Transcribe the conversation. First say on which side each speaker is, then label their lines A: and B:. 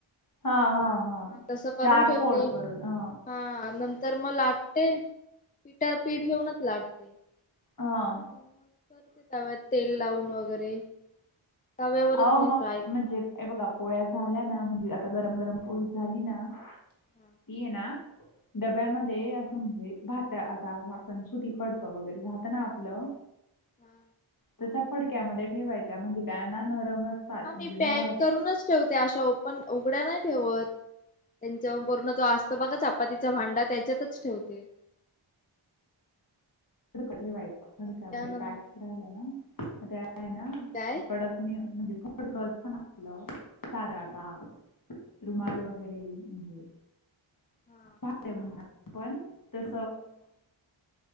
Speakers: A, on the left; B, on the left.
A: हा हा
B: हा तस करून
A: चार
B: ठेवते,
A: फोड करून ह
B: हा नंतर म लाट पीठावर पीठ घेऊनच लाटते.
A: अं.
B: आणि मग तव्यात तेल लावून वगैरे तव्यावरच
A: आवो,
B: मी
A: मग
B: फ्राय करते
A: म्हणजे हे बघा पोळ्या झाल्या ना, म्हणजे आता गरम गरम पोळी झाली ना
B: हा
A: ते ना. डब्यामध्ये असं म्हणजे भात आता आपण सुती फडकं वगैरे राहत ना आपलं
B: हा.
A: तर त्या फडक्यामध्ये ठेवायच्या, म्हणजे काय हाय ना नरम असतात
B: हा मी
A: म्हणजे बाहेर
B: पॅक करूनच ठेवते, अशा ओपन उघड्या नाही ठेवत. त्यांच्यावर पूर्ण तो असतो बघा, चपातीचा भांडा त्याच्यातच ठेवते.
A: तर कठीण व्हायचं. फडक्यामध्ये
B: पण त्यानंत
A: पॅक राहिलं ना, ते हाय ना
B: काय
A: कडक नाई होत म्हणजे फडक असत ना, आपलं साध आता रुमाल वगैरे म्हणजे
B: हा
A: पातळ म्हणा तस
B: <inaudible>